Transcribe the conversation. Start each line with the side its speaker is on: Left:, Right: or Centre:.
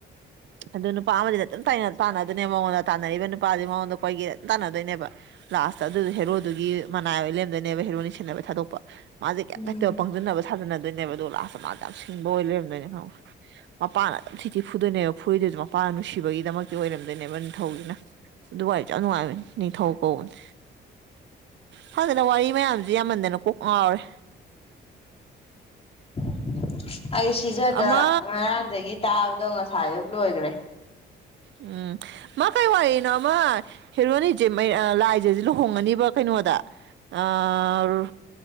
Right: ꯑꯗꯨ ꯅꯨꯄꯥ ꯑꯃꯗꯤ ꯑꯗꯨꯝ ꯇꯥꯟꯅꯗꯣꯏꯅꯦ ꯃꯉꯣꯟꯗꯥ ꯇꯥꯟꯅꯔꯤꯕ ꯅꯨꯄꯥꯁꯦ ꯃꯉꯣꯟꯗ ꯀꯣꯏꯒꯦ ꯇꯥꯟꯅꯗꯣꯏꯅꯦꯕ ꯂꯥꯁꯇ ꯑꯗꯨ ꯍꯦꯔꯣꯗꯨꯒꯤ ꯃꯅꯥꯏ ꯑꯣꯏ ꯂꯩꯔꯝꯗꯣꯏꯅꯦꯕ ꯍꯦꯔꯣꯏꯟꯅꯤꯗꯨ ꯁꯦꯟꯅꯥꯕꯩ ꯊꯥꯗꯣꯛꯄ ꯃꯥꯁꯦ ꯀꯝ
Left: ꯎꯝ
Right: ꯂꯩꯇꯦ ꯄꯪꯖꯤꯟꯅꯕ ꯁꯥꯁꯤꯟꯅꯗꯣꯏꯅꯦꯕ ꯑꯗꯨꯒ ꯂꯥꯁꯇ ꯃꯥꯁꯦ ꯌꯥꯝ ꯁꯤꯡꯕ ꯑꯣꯏ ꯂꯩꯔꯝꯗꯣꯏꯅꯦ ꯈꯪꯕ꯭ꯔꯥ ꯃꯄꯥꯅ ꯑꯗꯨꯝ ꯊꯤꯊꯤ ꯐꯨꯗꯣꯏꯅꯦꯕ ꯑꯗꯨꯒ ꯃꯄꯥ ꯅꯨꯡꯁꯤꯕꯒꯤꯗꯃꯛ ꯑꯣꯏꯔꯝꯗꯣꯏꯅꯦꯕ ꯅꯤꯡꯊꯧꯁꯤꯅ ꯑꯗꯨꯏ ꯋꯥꯔꯤꯁꯨ ꯌꯥꯝ ꯅꯨꯡꯉꯥꯏꯕꯅꯤ ꯅꯤꯡꯊꯧ ꯀꯧꯕꯅꯦ ꯈꯪꯗꯦꯗ ꯋꯥꯔꯤ ꯃꯌꯥꯝꯁꯤ ꯌꯥꯝꯃꯟꯗꯥꯅ ꯀꯣꯛ ꯉꯥꯎꯔꯦ
Left: <inaudible> ꯑꯩ ꯁꯤꯖꯥꯗ
Right: ꯑꯃ
Left: ꯉꯔꯥꯡꯗꯒꯤ ꯇꯥꯕꯗꯨ ꯉꯁꯥꯏ ꯑꯌꯨꯛ ꯂꯣꯏꯒ꯭ꯔꯦ
Right: ꯑꯝ ꯃꯥ ꯀꯩ ꯋꯥꯔꯤꯅꯣ ꯑꯃꯥ ꯍꯦꯔꯣꯅꯤꯁꯦ ꯂꯥꯏꯖꯥꯁꯦ ꯂꯨꯍꯣꯡꯉꯥꯅꯦꯕ ꯀꯩꯅꯣꯗ ꯑꯥ